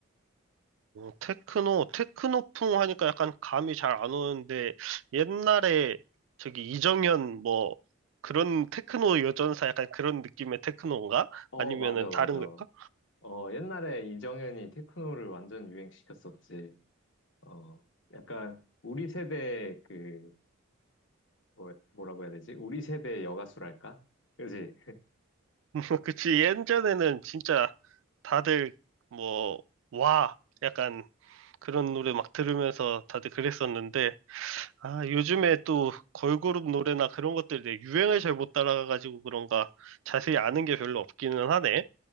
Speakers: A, on the right (about 70°); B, on the left (about 60°).
A: 어, 테크노, 테크노풍 하니까 약간 감이 잘 안 오는데 옛날에 저기 이정현 뭐 그런 테크노 여전사 약간 그런 느낌의 테크노인가?
B: 어,
A: 아니면은
B: 맞아, 맞아.
A: 다른 걸까?
B: 어, 옛날에 이정현이 테크노를 완전 유행시켰었지. 어, 약간 우리 세대 그, 뭐, 뭐라고 해야 되지? 우리 세대 여가수랄까? 그지?
A: <laughs> 그치. 예전에는 진짜 다들 뭐, 와. 약간 그런 노래 막 들으면서 다들 그랬었는데, 아, 요즘에 또 걸그룹 노래나 그런 것들 내 유행을 잘 못 따라가가지고 그런가 자세히 아는 게 별로 없기는 하네.